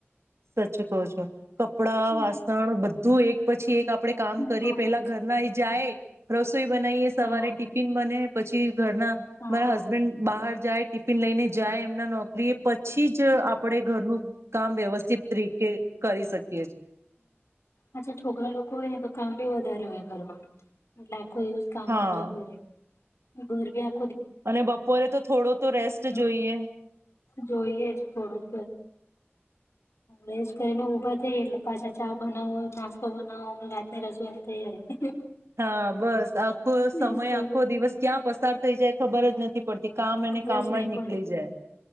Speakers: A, on the right; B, on the left.
A: સચું કહો છો. કપડા,
B: હમ
A: વાસણ બધું એક પછી એક આપડે કામ કરીએ,
B: હા
A: પેલા ઘર ના એ જાય, રસોઈ બનાઈએ, સવારે
B: હા
A: ટિફિન બને પછી ઘરના
B: હા
A: મારા હસબેન્ડ બહાર જાય ટિફિન લઈને જાય એમના નો એ પછી જ આપણે ઘરનું કામ વ્યવસ્થિત તરીકે કરી શકીએ છીએ
B: અચ્છા છોકરા લોકો હોય ને તો કામ બી વધારે ઘરમાં એ કોઈ જ કામમાં
A: હા
B: જતું રહે. ભુરગ્યા
A: અને બપોરે તો થોડો તો રેસ્ટ
B: હમ
A: જોઈએ.
B: જોઈએ જ થોડુંક વસ્ટ કરીને ઉભા થઈએ એટલે પાછા ચા બનાવો નાસ્તો બનાવો રાતની રસોઈની તૈયારી
A: હા બસ. આખો સમય
B: એજ તો
A: આખો દિવસ ક્યાં પસાર થઈ જાય. ખબર જ નથી. પડતી કામ અને
B: ખબર
A: કામમાં
B: જ નહી
A: નીકળી
B: પડે
A: જાય.